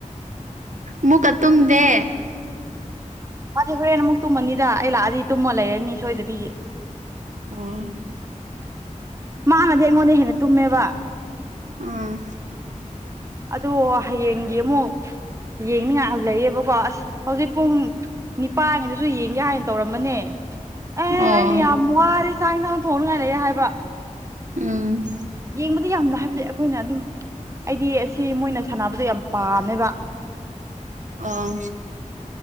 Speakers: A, on the right; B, on the right.
A: ꯃꯨꯛꯀ ꯇꯨꯝꯗꯦ
B: ꯃꯥꯗꯤ ꯍꯣꯔꯦꯟ ꯑꯃꯨꯛ ꯇꯨꯝꯃꯅꯤꯗ ꯑꯩ ꯂꯥꯛꯑꯗꯤ ꯇꯨꯝꯃ ꯂꯩꯔꯅꯤ ꯁꯣꯏꯗꯕꯤ
A: ꯑꯣ
B: ꯃꯥꯅꯗꯤ ꯑꯩꯉꯣꯟꯗꯩ ꯍꯦꯟꯅ ꯇꯨꯝꯃꯦꯕ
A: ꯑꯥ
B: ꯑꯗꯣ ꯍꯌꯦꯡꯒꯤ ꯑꯃꯨꯛ ꯌꯦꯡꯅꯤꯡꯉꯥꯏ ꯂꯩꯌꯦꯕꯀꯣ ꯑꯁ ꯍꯧꯖꯤꯛ ꯄꯨꯡ ꯅꯤꯄꯥꯟꯉꯩꯗꯨꯁꯨ ꯌꯦꯡꯒꯦ ꯍꯥꯏꯅ ꯇꯧꯔꯝꯕꯅꯦ ꯑꯦ
A: ꯑꯣ
B: ꯑꯩꯩꯗꯤ ꯌꯥꯝ ꯋꯥꯔꯦ ꯆꯥꯛ ꯌꯦꯟꯁꯥꯡ ꯊꯣꯡꯅꯉꯥꯏ ꯂꯩꯌꯦ ꯍꯥꯏꯕ
A: ꯎꯝ
B: ꯌꯦꯡꯕꯗꯤ ꯌꯥꯝꯅ ꯍꯥꯏꯕꯗꯤ ꯑꯩꯈꯣꯏꯅ ꯑꯗꯨꯝ ꯑꯩꯗꯤ ꯑꯁꯤ ꯃꯣꯏꯅ ꯁꯥꯟꯅꯕꯗꯣ ꯌꯥꯝ ꯄꯥꯝꯃꯦꯕ
A: ꯑꯥ